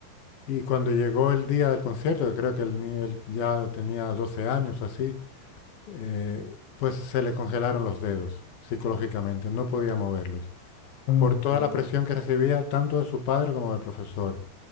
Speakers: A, on the left; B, on the left.
A: Y cuando llegó el día del concierto, que creo que el ni- él ya tenía 12 años o así, eh, pues se le congelaron los dedos psicológicamente, no podía moverlos,
B: Ay,
A: por toda
B: Dios
A: la
B: mío,
A: presión que recibía tanto de su padre como del profesor.